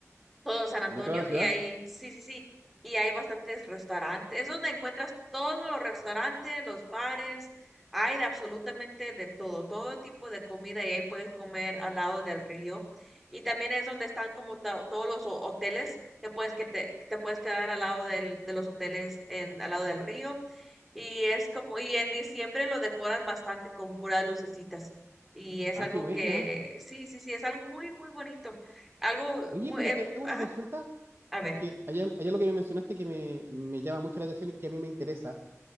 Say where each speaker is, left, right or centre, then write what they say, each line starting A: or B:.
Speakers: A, in the centre; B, on the right.
A: todo San Antonio
B: de toda la ciudad.
A: y ahí, sí, sí, sí, y hay bastantes restaurantes, es donde encuentras todos los restaurantes, los bares, hay de absolutamente de todo, todo tipo de comida y ahí puedes comer al lado del río. Y también es donde están como to- todos los ho- hoteles, te puedes, que te, te puedes quedar al lado del, de los hoteles en, al lado del río. Y es como, y en diciembre lo decoran bastante con puras lucecitas. Y es
B: Ah,
A: algo
B: qué buena.
A: que, sí, sí, sí, es algo muy, muy bonito algo
B: Oye,
A: muy,
B: pero
A: eh,
B: te
A: bu-
B: hago
A: ajá,
B: una consulta,
A: a ver.
B: porque allá, allá lo que me mencionaste que me, me llama mucho la atención y que a mí me interesa.